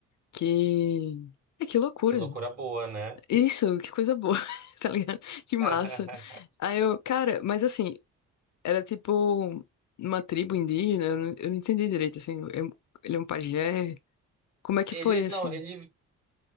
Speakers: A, on the left; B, on the right.
A: que... É, que loucura.
B: Que loucura boa, né?
A: Isso, que coisa boa, <laughs> tá ligado? Que massa.
B: <laughs>
A: Aí eu, cara, mas assim, era tipo uma tribo indígena, eu não, eu não entendi direito, assim. eu- ele é um pajé. Como é que
B: Ele,
A: foi, assim?
B: não, ele.